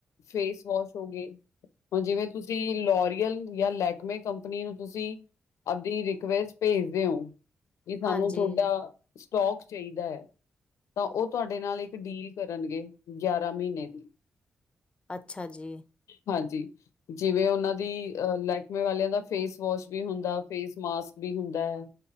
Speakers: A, on the left; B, on the left.
A: ਫੇਸ ਵੋਸ਼ ਹੋਗੇ, ਹੁਣ ਜਿਵੇਂ ਤੁਸੀਂ ਲੋਰੀਅਲ ਜਾਂ ਲੈਕਮੇ ਕੰਪਨੀ ਨੂੰ ਤੁਸੀਂ ਆਪਦੀ ਰਿਕੁੈਸਟ ਭੇਜਦੇ ਹੋ ਕਿ, ਸਾਨੂੰ
B: ਹਾਂਜੀ
A: ਤੁਥਹਾਡਾ ਸਟੋਕ ਚਾਹੀਦਾ ਹੈ। ਤਾਂ ਉਹ ਤੁਹਾਡੇ ਨਾਲ ਇੱਕ ਡੀਲ ਕਰਨਗੇ ਗਿਆਰਾਂ ਮਹੀਨੇ ਦੀ।
B: ਅੱਛਾ ਜੀ।
A: ਹਾਂਜੀ। ਜਿਵੇਂ ਉਹਨਾਂ ਦੀ ਲੈਹਕਮੀ ਵਾਲਿਆਂ ਦਾ ਫੇਸ ਵੋਸ਼ ਵੀ ਹੁੰਦਾ, ਫੇਸ ਮਾਸਕ ਵੀ ਹੁੰਦਾ ਆ